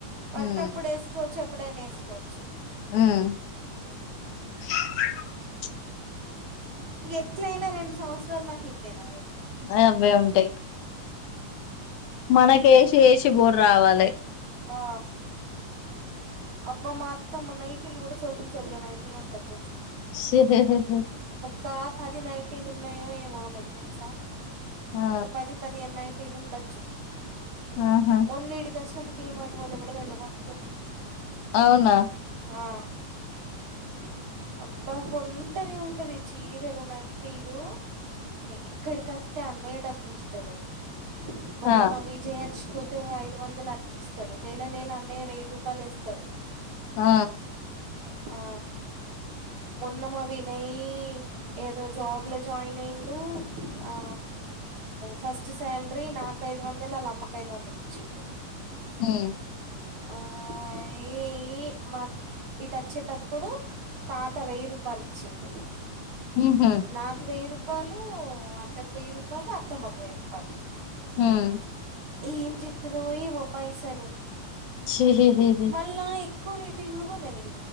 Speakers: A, on the right; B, on the left.
A: పట్టప్పుడు
B: ఉమ్
A: వేస్తూ చెప్పు ఎప్పుడైనా వేసుకోవచ్చు
B: హు
A: ఎట్లా అయినా రెండు సంవత్సాల దాకా ఇవ్వినా
B: ఆ అబ్బా ఉంటాయి మనకు ఎసి ఎసి బోర్ రావాలి
A: ఆ అబ్బ మా తమ నైట్టిల్ కూడా సోకిల్ సోకుల నైటీలు కొంటాది
B: సహూ హూ
A: కాప్ పది నైటీలు ఉన్నాయో ఏమో మగదంసా
B: ఆ
A: ఒక పది పదిహేను తినుండొచ్చు
B: ఆహా
A: మొన్న ఇడికి వచ్చినప్పుడు టీమ్ అటుపోతే కూడా రెండు కొనుకుంది
B: అవునా
A: ఆ అబ్బా కొం అంటానే ఉంటది చీరలు నైట్ టీలు ఇక్కడికత్తెఅన్నయ్య డబ్బులు ఇస్తాడు మల్ల
B: ఆ
A: మా విజయచ్చ పోతే ఐదు వందల అట్లిస్తాడు నెల నెల అన్నయ వైరు పాయలు ఇస్తాడు
B: ఆ
A: ఆ మొన్నమా వినయ్ ఏదో జాబ్ లో జాయిన్ అయిండు ఆ ఫస్ట్ సాలరీ నాకు ఐదు వందలు వాళ్ళ అమ్మకయిదు వందలు ఇచ్చిండు
B: హు
A: ఆ ఏ మా ఇటు వచ్చేటప్పుడు తాత వెయ్యి రూపాయలు ఇచ్చిండు
B: ఉహు
A: నాకు వెయ్యి రూపా పాలు అన్నకు వెయ్యి వాళ్ళు అత్తమ్మకి వెయ్యిరుపాయిలు
B: ఉమ్
A: ఏం జేత్తదో ఏమో పైసలు
B: హ్ హ్ హ్ హ్
A: మళ్ళా ఎక్కువ రేటు ఏమన్న కొననీ